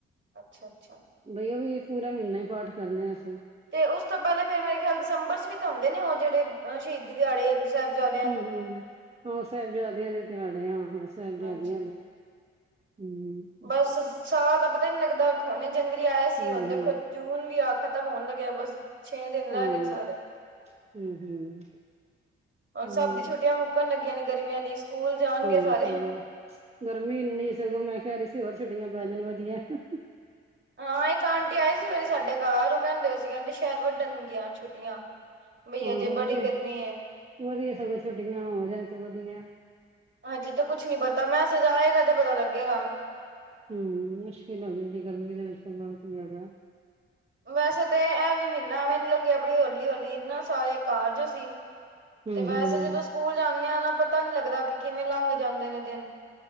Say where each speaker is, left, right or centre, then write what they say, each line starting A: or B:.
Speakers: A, on the right (about 40°); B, on the right (about 20°).
A: ਅੱਛਾ-ਅੱਛਾ।
B: ਬਈ, ਉਹ ਵੀ ਪੂਰਾ ਮ੍ਹੀਨਾ ਈ ਪਾਠ ਕਰਨੇ ਆ ਅਸੀਂ।
A: ਤੇ ਉਸ ਤੋਂ ਪਹਿਲਾਂ ਫੇਰ ਮੇਰੇ ਖਿਆਲ ਦਸੰਬਰ'ਚ ਵੀ ਤੇ ਹੁੰਦੇ ਨੇ ਉਹ, ਜਿਹੜੇ ਸ਼ਹੀਦੀ ਦਿਹਾੜੇ। ਸਾਹਿਬਜ਼ਾਦ-
B: ਹੂੰ-ਹੂੰ, ਆਹੋ ਸਾਹਿਬਜ਼ਾਦਿਆਂ ਦੇ ਦਿਹਾੜੇ ਆ, ਹਾਂ ਸਾਹਿਬਜ਼ਾਦਿਆਂ
A: ਹਾਂਜੀ
B: ਦੇ। ਹੰ।
A: ਬਸ, ਸਾਲ ਦਾ ਪਤਾ ਨਹੀਂ ਲੱਗਦਾ, ਹੁਣੇ ਜਨਵਰੀ ਆਇਆ ਸੀ,
B: ਹੂੰ-ਹੂੰ।
A: ਹੁਣ ਦੇਖੋ ਜੂਨ ਵੀ ਆਹ ਖ਼ਤਮ ਹੋਣ ਲੱਗਿਆ, ਬਸ। ਛੇ ਦਿਨ
B: ਹਾਂ,
A: ਰਹਿ ਗਏਨ ਸਾਰੇ।
B: ਹੂੰ-ਹੂੰ
A: ਹੁਣ
B: ਹੋਰ
A: ਸਭ ਦੀ ਛੁੱਟੀਆਂ ਮੁੱਕਣ ਲੱਗੀਆਂ ਨੇ ਗਰਮੀਆਂ ਦੀ, ਸਕੂਲ ਜਾਣਗੇ ਸਾਰੇ।
B: ਹਾਂ ਸਗੋਂ ਗਰਮੀ ਇੰਨੀ ਸਗੋਂ ਮੈਂ ਕੈ ਰੀ ਸੀ ਹੋਰ ਛੁੱਟੀਆਂ ਪੈ ਜਾਣ ਵਧੀਆ ਐ।
A: ਹਾਂ, ਇੱਕ ਆਂਟੀ ਆਈ ਸੀ ਸਵੇਰੇ ਸਾਡੇ ਘਰ। ਓ ਕੈਂਦੇ ਸੀ ਕੈਂਦੇ ਸ਼ੈਦ ਵੱਢਣ ਗੀਆਂ ਛੁੱਟੀਆਂ। ਬਈ
B: ਹੂੰ।
A: ਅਜੇ
B: ਹੋ
A: ਬੜੀ
B: ਜੇ
A: ਗਰਮੀ ਹੈ
B: ਵਧੀਆ ਸਗੋਂ ਛੋਟੀਆਂ ਹੋ ਜਾਣ ਤੇ ਵਧੀਐ।
A: ਅਜੇ ਤੇ ਕੁੱਛ ਨੀ ਪਤਾ। ਮੈਸੇਜ ਆਏਗਾ ਤੇ ਪਤਾ ਲੱਗੇਗਾ।
B: ਹੂੰ। ਮੁਸ਼ਕਿਲ ਹੋ ਜਾਂਦੀ ਗਰਮੀ ਦੇ ਵਿੱਚ ਤੇ ਬੋਤ ਜਾਦਾ।
A: ਵੈਸੇ ਤੇ ਐ ਵੀ ਮੀਨਾ ਐਵੇਂ ਲੰਗਿਆ ਬੜੀ ਹੌਲੀ-ਹੌਲੀ ਇਨਾਂ, ਸਾਰੇ ਘਰ ਜੋ ਸੀ।
B: ਹੂੰ-ਹੂੰ,
A: ਤੇ ਵੈਸੇ ਜਦੋਂ ਸਕੂਲ ਜਾਂਨੇ ਆਂ ਨਾ ਪਤਾ ਨੀ ਲੱਗਦਾ ਕਿ ਕਿਵੇਂ ਲੰਘ ਜਾਂਦੇ ਨੇ ਦਿਨ।